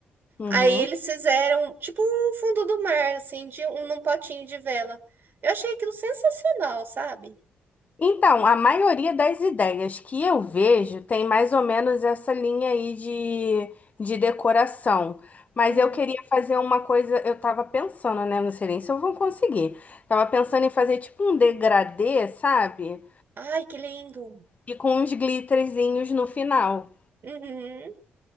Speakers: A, on the left; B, on the right.
A: Uhum.
B: Aí eles fizeram tipo um fundo do mar assim, de um num potinho de vela. Eu achei aquilo sensacional, sabe?
A: Então, a maioria das ideias que eu vejo tem mais ou menos essa linha aí de, de decoração. Mas
B: Uhum.
A: eu queria fazer uma coisa, eu tava pensando, né? Não sei nem se eu vou conseguir. Tava pensando em fazer tipo um degradê, sabe?
B: Ai, que lindo.
A: E com uns glitterzinhos no final.
B: Uhum.